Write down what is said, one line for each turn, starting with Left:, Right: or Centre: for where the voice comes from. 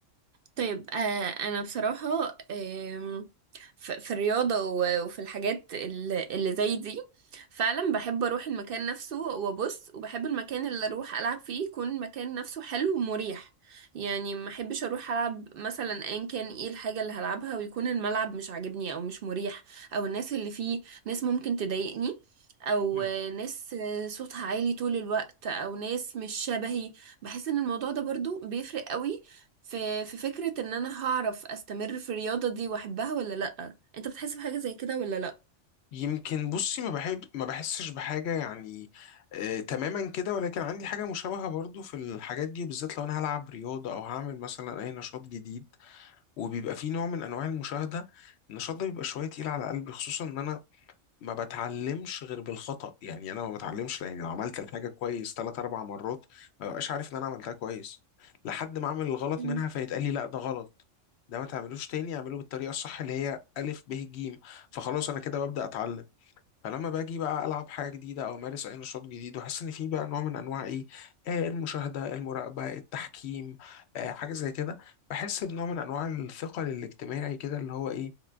Right: طيب آه، انا بصراحة آم، ف- في الرياضة و- وفي الحاجات ال- اللي زي دي فعلا بحب اروح المكان نفسه وابص وبحب المكان اللي اروح العب فيه يكون مكان نفسه حلو ومريح يعني ما احبش اروح العب مثلا ان كان ايه الحاجة اللي هلعبها ويكون الملعب مش عاجبني او مش مريح او الناس اللي فيه ناس ممكن تضايقني او
Left: مم.
Right: آه، ناس آه، صوتها عالي طول الوقت او ناس مش شبهي بحس ان الموضوع ده برضو بيفرق قوي في في فكرة ان انا هعرف استمر في الرياضة دي واحبها ولا لأ انت بتحس بحاجة زي كده ولا لأ
Left: يمكن بصي ما بحب ما بحسش بحاجه يعني آه، تماما كده ولكن عندي حاجه مشابهه برضو في الحاجات دي بالذات لو انا هلعب رياضه او هعمل مثلا اي نشاط جديد وبيبقى فيه نوع من انواع المشاهده النشاط ده بيبقى شويه تقيل على قلبي خصوصا ان انا ما بتعلمش غير بالخطأ يعني انا ما بتعلمش يعني لو عملت الحاجة كويس ثلاث اربع مرات ما ببقاش عارف ان انا عملتها كويس لحد ما اعمل الغلط
Right: مم.
Left: منها فيتقال لي لا ده غلط ده ما تعملوش تاني اعمله بالطريقة الصح اللي هي ألف ب ج فخلاص انا كده ببدأ اتعلم فلما باجي بقى العب حاجه جديده او امارس اي نشاط جديد واحس ان في بقى نوع من انواع ايه آه المشاهده المراقبه التحكيم آه حاجه زي كده بحس بنوع من انواع الثقل الاجتماعي كده اللي هو ايه